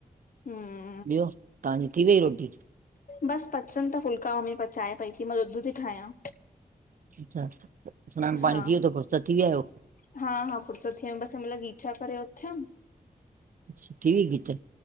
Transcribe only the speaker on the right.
ॿियो, तव्हांजी थी वई रोटी?
अच्छा। सनानु
पाणी थी वियो थो फुरसत थी विया आहियो।
छठी वी गिचा।